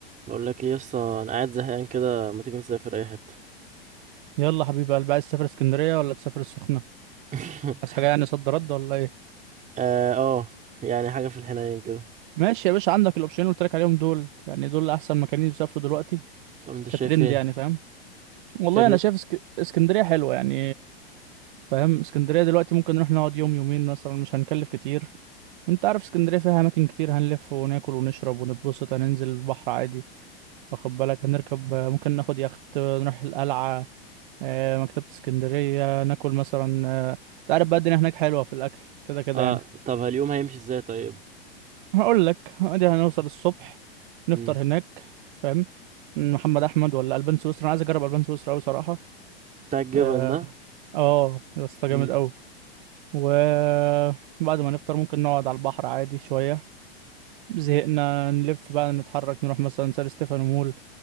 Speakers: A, on the right; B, on the right.
A: بقول لك ايه يا اسطى انا قاعد زهقان كده ما تيجي نسافر اي حته
B: يلا حبيبي قلبي عايز تسافر اسكندريه ولا تسافر السخنه
A: <laughs>
B: عايز حاجه يعني صد رد ولا ايه
A: اه آه، يعني حاجه في الحنين كده
B: ماشي يا باشا عندك الاوبشنين اللي قلت لك عليهم دول يعني دول احسن مكانين يسافروا دلوقتي
A: طب انت شايف
B: كترند
A: ايه
B: يعني فاهم والله
A: شايف ن...
B: انا شايف اسك... اسكندريه حلوه يعني فاهم اسكندريه دلوقتي ممكن نروح نقعد يوم يومين مثلا مش هنكلف كتير وانت عارف اسكندريه فيها اماكن كتير هنلف وناكل ونشرب ونتبسط هننزل البحر عادي واخد بالك هنركب ممكن ناخد يخت نروح القلعه آه، مكتبه اسكندريه ناكل مثلا آه، انت عارف بقى الدنيا هناك حلوه في الاكل كده كده
A: اه
B: يعني
A: طب اليوم هيمشي ازاي طيب
B: هقول لك ادي هنوصل الصبح نفطر
A: امم
B: هناك فاهم محمد احمد ولا البان سويسرا انا عايز اجرب البان سويسرا قوي صراحه
A: بتاع الجبل
B: اه
A: ده
B: اه يا اسطى جامد
A: امم
B: قوي وبعد ما نفطر ممكن نقعد على البحر عادي شويه زهقنا نلف بقى نتحرك نروح مثلا سان ستيفانو مول